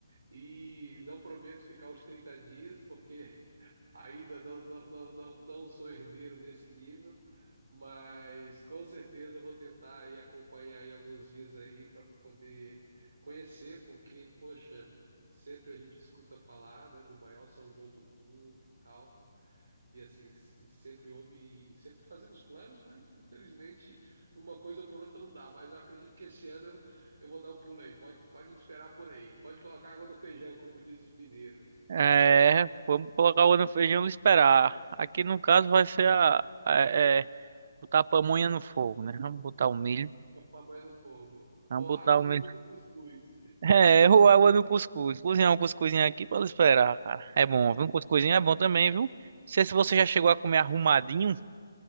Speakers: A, on the right; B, on the right.
A: E não prometo ficar os 30 dias, porque <laughs> ainda não, não, não, não, não sou herdeiro nesse nível. Mas com certeza eu vou tentar aí acompanhar aí alguns dias aí para poder conhecer, porque, poxa, sempre a gente escuta falar, né, do maior São João do mundo e tal. E assim, a gente sempre ouve e sempre fazemos planos, mas infelizmente por uma coisa ou por outra não dá. Mas eu acredito que esse ano eu, eu vou dar um pulo aí. Pode, pode me esperar por aí. Pode colocar água no feijão, como diz os mineiros.
B: É, vamos colocar o no feijão e esperar. Aqui no caso vai ser a, a- é, botar a pamonha no fogo, né? Vamos botar o milho.
A: Coloca a pamonha no fogo.
B: Vamos
A: Ou
B: botar
A: água
B: o
A: no,
B: milho
A: no cuscuz.
B: É, errou a água do cuscuz. Cozinhar um cuscuzinho aqui para esperar, cara. É bom, viu? Um cuscuzinho é bom também, viu? Não sei se você já chegou a comer arrumadinho.